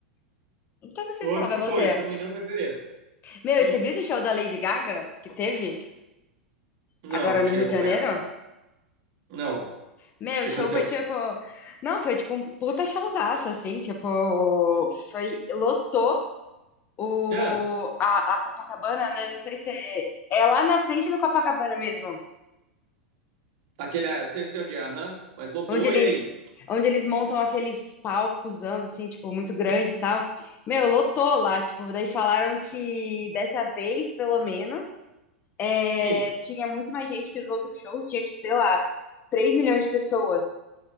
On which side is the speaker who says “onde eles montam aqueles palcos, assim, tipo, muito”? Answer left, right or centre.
Left